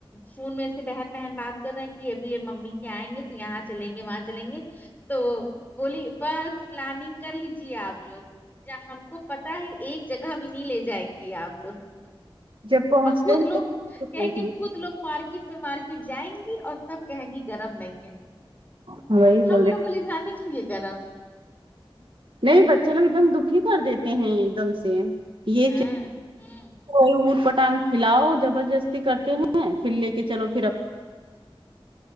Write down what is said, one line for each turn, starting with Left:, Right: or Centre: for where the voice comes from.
Left: فون میں سے بہن بہن بات کر ہیں کہ ابھی یہ ممی کے آئیں گے تو یہاں چلیں گے وہاں چلیں گے تو بولی بس پلاننگ کر لیجیے آپ لوگ کیا ہم کو پتا ہے ایک جگہ بھی نہیں لے جائیں گی آپ لوگ
Right: جب پہنچتے
Left: اور خود
Right: ہیں
Left: لوگ کہیں گے خود لوگ مارکیٹ پہ مارکیٹ جائیں گی اور تب کہیں گی گرم نہیں ہے
Right: وہی
Left: ہم
Right: بول
Left: لوگوں لے جانے کے لیے کرم
Right: نہیں بچے لوگ ایک دم دکھی کر دیتے ہیں ایک دم سے یہ
Left: ہاں ہوں
Right: وہ اٹ پٹانگ پھلاؤ زبردستی کرتے ہیں پھر لے کے چلو پھر ا